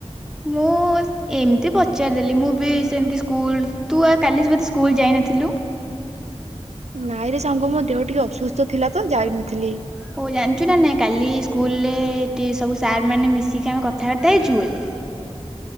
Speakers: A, in the centre; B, on the right.
A: ମୁଁ ଏମିତି ପଚାରିଦେଲି ମୁଁ ବି ସେମିତି ସ୍କୁଲ ତୁ ଆଉ କାଲି ବୋଧେ ସ୍କୁଲ ଯାଇନଥିଲୁ।
B: ନାଇଁରେ ସାଙ୍ଗ ମୋ ଦେହ ଟିକେ ଅସୁସ୍ଥ ଥିଲା ତ ଯାଇନଥିଲି।
A: ହଉ ଜାଣିଛୁ ନା ନାଇଁ କାଲି ସ୍କୁଲରେ ସବୁ ସାର୍ ମାନେ ମିଶିକି ଆମେ କଥାବାର୍ତ୍ତା ହେଇଛୁ ବୋଲି।